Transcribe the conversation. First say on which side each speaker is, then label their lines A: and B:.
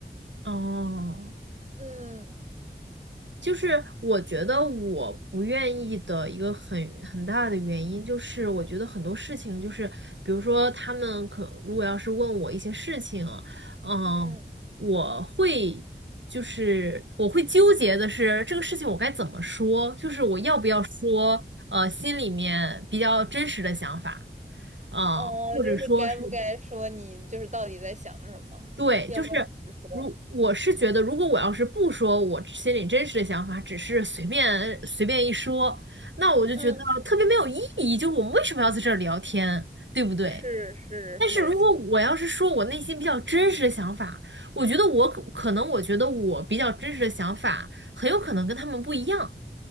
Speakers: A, on the right; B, on the right.
A: 哦，
B: 嗯
A: 就是我觉得我不愿意的一个很很大的原因，就是我觉得很多事情，就是比如说他们可如果要是问我一些事情，嗯，
B: 嗯，
A: 我会就是我会纠结的是这个事情我该怎么说，就是我要不要说，呃，心里面比较真实的想法，啊、
B: 哦，
A: 或者说是。
B: 就是该不该说你就是到底在想什么，
A: 对，
B: 要不要直说？
A: 就是如我是觉得，如果我要是不说我心里真实的想法，只是随便随便一说，那我就觉得特别没有意义。
B: 嗯，
A: 就是我们为什么要在这儿聊天，对不对？
B: 是是，
A: 但是如果我要是说我内心比较真实的想法，
B: 没错
A: 我觉得我可可能我觉得我比较真实的想法很有可能跟他们不一样。